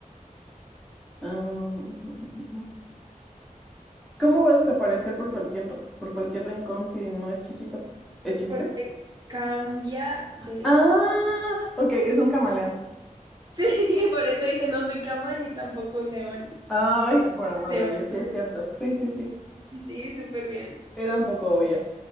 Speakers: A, in the centre; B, on the right.
A: Am, mm, mm, mm. mm, mm. ¿cómo va a desaparecer por cualquier, por cualquier rincón si no es chiquito? ¿Es chiquito?
B: porque cambia de...
A: Ah, ok, es un camaleón.
B: Sí, <laughs> por eso dice no soy cama ni tampoco león.
A: Ay, por amor
B: León.
A: de Dios, sí es cierto. Sí, sí, sí.
B: Sí, súper bien.
A: Era un poco obvia.